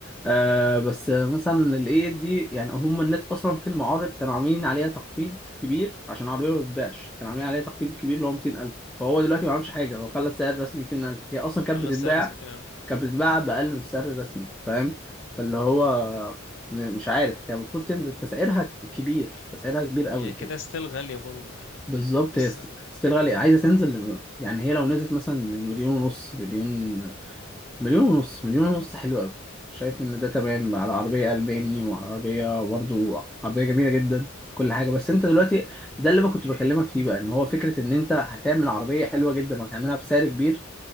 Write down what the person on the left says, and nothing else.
خلاص
سعر رسمي 200 الف مم.
يعني
كده ستيل غاليه برضو يعني
لسه